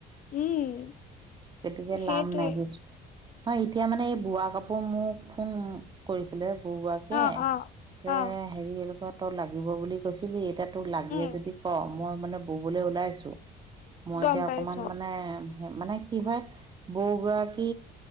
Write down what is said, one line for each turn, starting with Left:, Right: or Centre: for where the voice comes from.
Left: উম
Right: তেতিকে
Left: সেইটোৱে
Right: লাম নাই কিছু। হয় এতিয়া মানে এই বোৱা কাপোৰ মোক ফোন কৰিছিলে। ঘৰুৱাকে,
Left: অ অ
Right: যে
Left: অ
Right: হেৰি এনেুৱা তই লাগিব বুলি কৈছিলি, এতিয়া এইটো লাগিয়ে
Left: উম
Right: যদি ক, মই মানে বোবলৈ ওলাইছো, মই
Left: গম
Right: এতিয়া
Left: পাইছো
Right: অকমান মানে মানে কি হয় বৰু গৰাকী